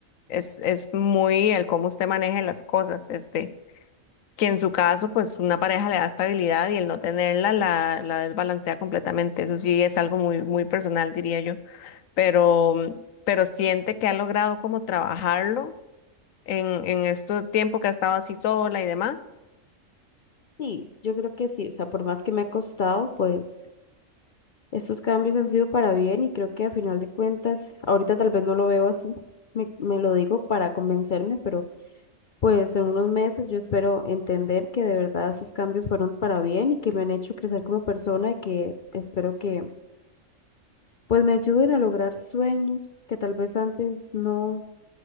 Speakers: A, on the left (about 80°); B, on the left (about 55°).
A: es, es muy el cómo usted maneje las cosas, este, que en su caso, pues una pareja le da estabilidad y el no tenerla la, la desbalancea completamente. Eso sí es algo muy, muy personal, diría yo. Pero, mm, pero siente que ha logrado como trabajarlo en, en este tiempo que ha estado así sola y demás.
B: Sí, yo creo que sí, o sea, por más que me ha costado, pues... Estos cambios han sido para bien y creo que a final de cuentas, ahorita tal vez no lo veo así, me, me lo digo para convencerme, pero pues en unos meses yo espero entender que de verdad esos cambios fueron para bien y que me han hecho crecer como persona y que espero que pues me ayuden a lograr sueños que tal vez antes no